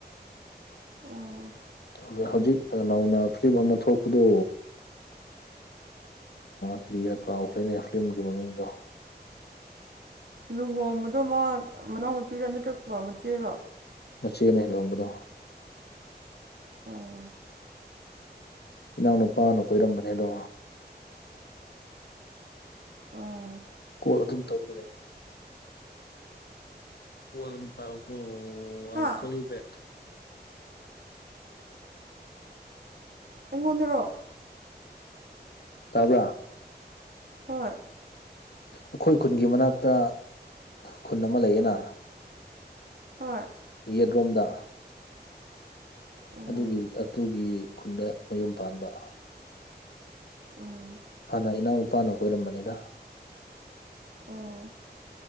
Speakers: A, on the right; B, on the left.
A: ꯑꯣ
B: ꯑꯗꯨ ꯍꯧꯖꯤꯛ ꯅꯧꯅ ꯐꯤꯂꯝ ꯑꯃ ꯊꯣꯛꯄꯗꯣ ꯀꯔꯤꯌꯥ ꯀꯥꯎꯈ꯭ꯔꯦꯅꯦ ꯐꯤꯂꯝꯒꯤ ꯃꯃꯤꯡꯗꯣ
A: ꯂꯨꯍꯣꯡꯕꯗꯣ ꯃꯥ ꯃꯅꯥꯎꯅꯨꯄꯤꯔꯥ ꯅꯠꯇ꯭ꯔꯒ ꯃꯆꯦꯔꯣ
B: ꯃꯆꯦꯅ ꯍꯦꯟ ꯂꯣꯡꯕꯗꯣ
A: ꯑꯣꯥ
B: ꯏꯅꯥꯎꯅꯨꯄꯥꯅ ꯀꯣꯏꯔꯝꯕꯅꯦ ꯑꯗꯣ
A: ꯎꯝ
B: ꯀꯣꯜ ꯑꯗꯨꯝ ꯇꯔ ꯂꯩ ꯀꯣꯜ ꯑꯗꯨꯝ ꯄꯥꯎꯌꯨ ꯀꯣ
A: ꯍꯥ
B: ꯑꯥꯏ ꯀꯣꯂꯤꯡ ꯕꯦꯛ
A: ꯑꯩꯉꯣꯟꯗꯔꯣ
B: ꯇꯥꯕ꯭ꯔꯥ
A: ꯍꯣꯏ
B: ꯑꯩꯈꯣꯏ ꯈꯨꯟꯒꯤ ꯃꯅꯥꯛꯇ ꯈꯨꯟ ꯑꯃ ꯂꯩꯌꯦꯅ
A: ꯍꯣꯏ
B: ꯌꯦꯠꯔꯨꯝꯗ
A: ꯎꯝ
B: ꯑꯗꯨꯒꯤ ꯑꯗꯨꯒꯤ ꯈꯨꯟꯗ ꯃꯌꯨꯝ ꯄꯥꯟꯕ
A: ꯎꯝ
B: ꯍꯥꯟꯅ ꯏꯅꯥꯎ ꯅꯨꯄꯥꯅ ꯀꯣꯏꯔꯝꯕꯅꯤꯗ
A: ꯑꯣꯥ